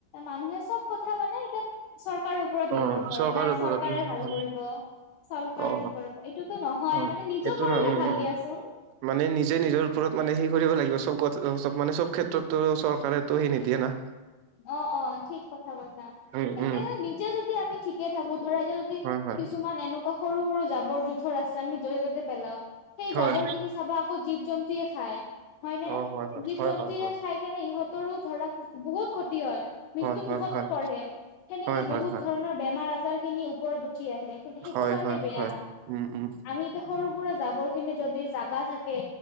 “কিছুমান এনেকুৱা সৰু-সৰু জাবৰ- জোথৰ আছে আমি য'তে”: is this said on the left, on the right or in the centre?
Left